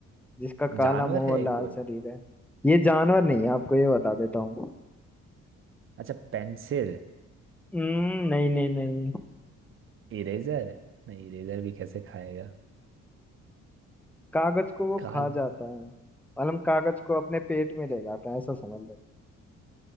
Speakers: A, in the centre; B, on the right.
A: जिसका काला
B: जानवर
A: मुंह
B: है
A: और लाल
B: ये कोई
A: शरीर है ये जानवर नहीं है आपको ये बता देता हूँ
B: अच्छा पेंसिल
A: हम्म, नहीं नहीं नहीं
B: इरेजर नहीं इरेजर भी कैसे खाएगा
A: कागज को वो
B: काला
A: खा जाता है मतलब कागज को अपने पेट में ले जाता है ऐसा समझ लो